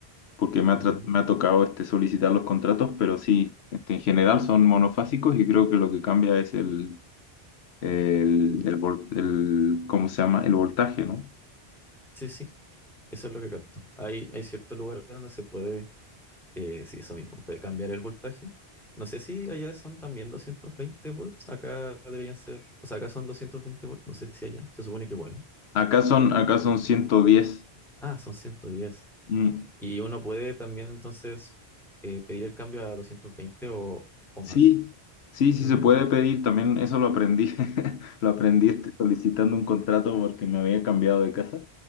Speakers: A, on the left; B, in the centre.
A: porque me ha,
B: Mm.
A: tra- me ha tocado, este, solicitar los contratos, pero sí, este, en general son monofásicos y creo que lo que cambia es el, el, el, vol- el- ¿cómo se llama? El voltaje, ¿no?
B: Sí, sí, eso es lo que capto. Hay, hay ciertos lugares donde se puede, eh, sí, eso mismo, puede cambiar el voltaje. No sé si allá son también 220 volts, acá deberían ser, o sea, acá son 220 volts, no sé si allá, se supone que igual.
A: Acá son, acá son 110.
B: Ah, son 110.
A: mm.
B: Y uno puede también entonces eh, pedir el cambio a 220 o, o
A: Sí,
B: más.
A: sí, sí
B: Mm.
A: se puede pedir, también eso lo aprendí, <laughs> lo aprendí este, solicitando un contrato porque me había cambiado de casa